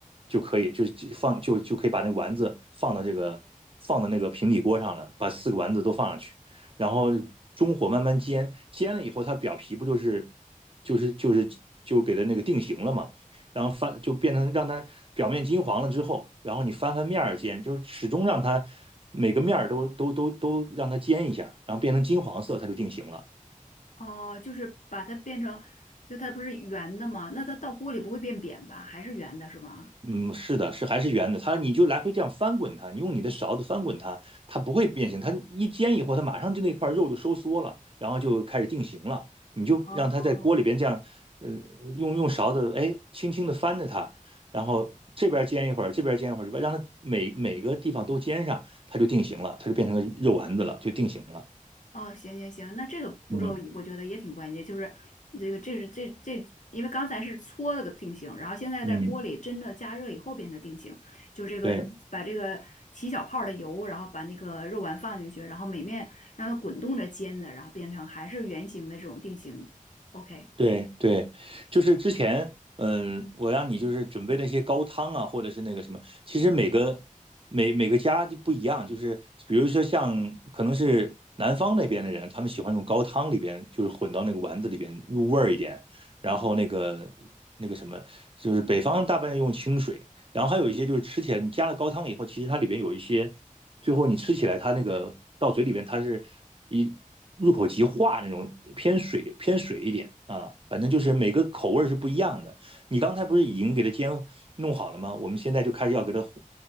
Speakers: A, on the right (about 40°); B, on the left (about 60°).
A: 就可以，就是就放就就可以把那丸子放到这个放到那个平底锅上了，把四个丸子都放上去。然后中火慢慢煎，煎了以后它表皮不就是就是就是就给它那个定型了嘛，然后翻就变成让它表面金黄了之后，然后你翻翻面儿煎，就始终让它每个面儿都都都都让它煎一下，然后变成金黄色，它就定型了。
B: 哦、就是把它变成，就它不是圆的吗？那它到锅里不会变扁吧？还是圆的是吗？
A: 嗯，是的，是还是圆的，它你就来回这样翻滚它，你用你的勺子翻滚它，它不会变形，它一煎以后，它马上就那块肉就收缩了，然后就开始定型了。你就让它在锅里边这样，
B: 哦，
A: 呃，用用勺子，哎，轻轻的翻着它，然后这边煎一会儿，这边煎一会儿，这边让它每每个地方都煎上，它就定型了，它就变成个肉丸子了，就定型了。
B: 哦，行行行，那这个步骤我觉得也挺关键，
A: 嗯
B: 就是这个这是这这，因为刚才是搓了个定型，然后现在在锅里真的加热以后变成定型，
A: 嗯，
B: 就这个把这个起小泡儿的油，
A: 对。
B: 然后把那个肉丸放进去，然后每面让它滚动着煎的，然后变成还是圆形的这种定型。OK。
A: 对对，就是之前，嗯，我让你就是准备那些高汤啊，或者是那个什么，其实每个每每个家就不一样，就是比如说像可能是南方那边的人，他们喜欢用高汤里边，就是混到那个丸子里边入味儿一点，然后那个那个什么，就是北方大半用清水，然后还有一些就是吃起来你加了高汤以后，其实它里边有一些。最后你吃起来它那个到嘴里边它是一入口即化那种，偏水偏水一点啊，反正就是每个口味是不一样的。你刚才不是已经给它煎弄好了吗？我们现在就开始要给它红